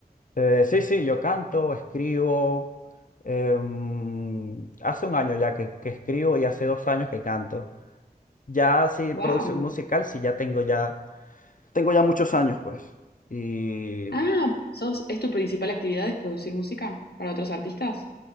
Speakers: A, on the left (about 55°); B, on the left (about 80°).
A: Eh, sí, sí, yo canto, escribo. em, hace un año ya que, que escribo y hace dos años que canto. Ya sí,
B: Wow.
A: producción musical, sí, ya tengo ya tengo ya muchos años, pues. Y
B: Ah, sos, ¿es tu principal actividad es producir música para otros artistas?